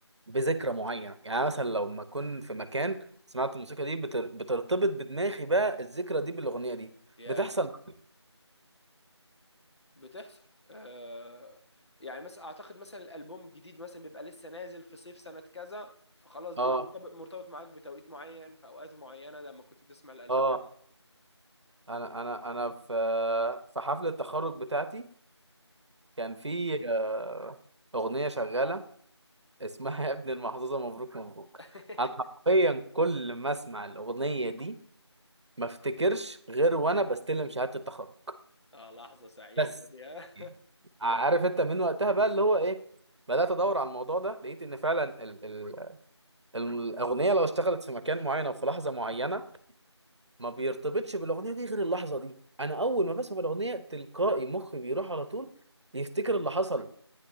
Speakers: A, on the right; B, on the left.
A: بذكرى معينه يعني أنا مثلا لو ما اكون في مكان سمعت الموسيقى دي بتر بترتبط بدماغي بقى الذكرى دي بالاغنيه دي
B: يا
A: بتحصل معايا.
B: بتحصل آه يعني مثلا اعتقد مثلا الالبوم الجديد مثلا بيبقى لسه نازل في صيف سنة كذا فخلاص دي
A: اه
B: مرتبط مرتبط معاك بتوقيت معين في اوقات معينة لما كنت بتسمع الالبوم
A: اه انا انا انا في في حفله التخرج بتاعتي كان في آه، اغنيه شغاله اسمها <laughs> يا ابن المحظوظه مبروك مبروك
B: <laughs>
A: انا حرفيا كل ما اسمع الاغنيه دي ما افتكرش غير وانا بستلم شهاده التخرج
B: اه لحظة سعيدة
A: بس
B: <laughs> دي ها؟
A: يعني عارف انت من وقتها بقى اللي هو ايه بدات ادور على الموضوع ده لقيت ان فعلا ال ال الاغنيه لو اشتغلت في مكان معين او في لحظه معينه ما بيرتبطش بالاغنيه دي غير اللحظه دي انا اول ما بسمع الاغنيه تلقائي مخي بيروح على طول يفتكر اللي حصل